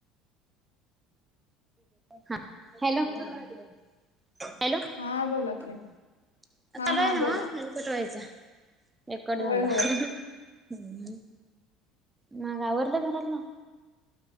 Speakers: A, on the right; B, on the left.
A: हा, हॅलो हॅलो चालू
B: हा बोला की हा हा
A: आहे नव्ह
B: बोला.
A: आणि कट व्हायचा एक कट
B: होय
A: झाला
B: होय
A: <unintelligible> मग आवरलं घरातलं